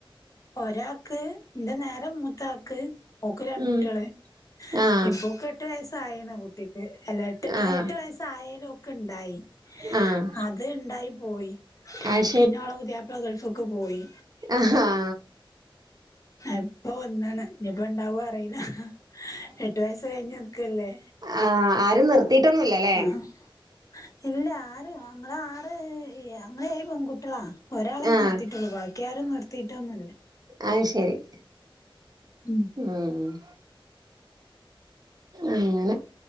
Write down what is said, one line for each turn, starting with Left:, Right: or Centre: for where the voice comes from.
Left: ഒരാക്ക് എന്റെ നേര മൂത്താക്ക് ഓക്ക് രണ്ട്
Right: ഉം
Left: കുട്ടിള്
Right: ആഹ്
Left: ഇപ്പൊക്കെ എട്ടു വയസ്സായണ കുട്ടിക്ക് അല്ല എട്ട്
Right: ആഹ്
Left: എട്ടു വയസായാലും ഒക്കെ ഉണ്ടായി.
Right: ആഹ്
Left: അത് ഇണ്ടായി പോയി.
Right: അത്
Left: പിന്നെ ഒള പുതിയാപ്പിള ഗൾഫക്ക് പോയി.
Right: ആഹാ ആഹാ... !
Left: ഇപ്പൊ വന്നാണ് ഇനിയിപ്പ ഉണ്ടാവും അറ ആഹാ എട്ടു വയസ് കഴിഞ്ഞു നിക്കല്ലേ?
Right: ആഹാ ആരും, നിർത്തിയിട്ടൊന്നുല്ലല്ലേ?
Left: ആഹ് ഇല്ല ആറ് ഞങ്ങള് ആറ് ഞങ്ങള്, ഏഴു പെൺകുട്ടികളാ. ഒരാളെ
Right: ആഹ്
Left: നിർത്തിയിട്ടുള്ളൂ ബാക്കി ആരും നിർത്തിയിട്ടൊന്നുല്ല.
Right: അത് ശരി.. !
Left: ഉം
Right: ഉം അങ്ങനെ